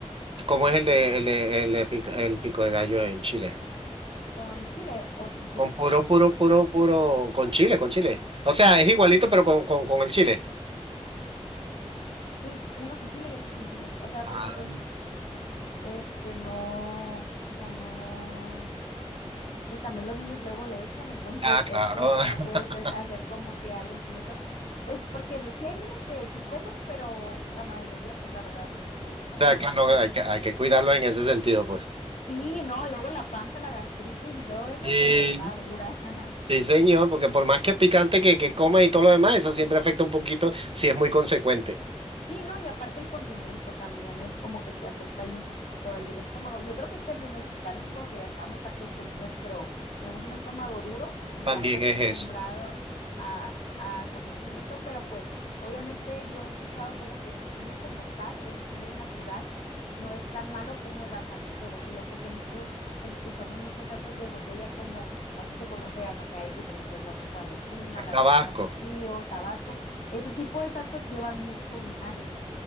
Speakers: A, on the right; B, on the left.
A: ¿Cómo es el de, el de- el de pico, el pico de gallo en Chile?
B: con chile o sin chile.
A: Con puro, puro, puro, puro, con chile, con chile. O sea, es igualito, pero con, con, con el chile.
B: Sí, unos sin Chile y otros sin Chile. O sea,
A: Ah,
B: porque pues, este, no, o sea, no, pues también los niños luego le echan, entonces
A: ah, claro.
B: es como que no
A: <laughs>
B: puedes ha- hacer como que algo enchiloso. Pues porque sí hay niños que sí comen, pero la mayoría, pues la verdad es que no.
A: O sea,
B: O gente
A: claro,
B: que
A: hay que, hay que cuidarlo en ese sentido, pues.
B: sí, no, luego la panza, la gastritis y todo eso,
A: Sí.
B: pues está dura. <laughs>
A: Sí, señor, porque por más que picante que, que coma y todo lo demás, eso siempre afecta un poquito si es muy consecuente.
B: Sí, ¿no? Y aparte el condimento también es como que te afecta ahí un poquito ahí el estómago. Yo creo que como mexicanos como que ya estamos acostumbrados, nuestro, tenemos un estómago duro y
A: También
B: ya está acostumbrado
A: es eso.
B: a, a comer chilito, pero pues obviamente yo he escuchado como que el chile como tal, el chile natural, no es tan malo como las salsas de botella, porque nosotros ten- usamos muchas salsas de botella como aquí se conoce, no sé, hay diferentes, la salsa Valentina,
A: El
B: la
A: tabasco.
B: salsa Tapatío, Tabasco ese tipo de salsas llevan mucho vinagre.